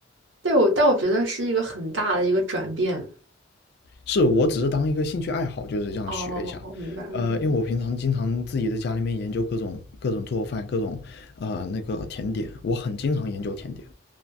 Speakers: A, on the right (about 70°); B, on the left (about 55°).
A: 对，我但我觉得是一个很大的一个转变。
B: 是，我只是当一个兴趣爱好，就是这样学一下。
A: 哦，明白明白，
B: 呃，因为我平常经常自己在家里面研究各种各种做饭，各种呃那个甜点，我很经常研究甜点。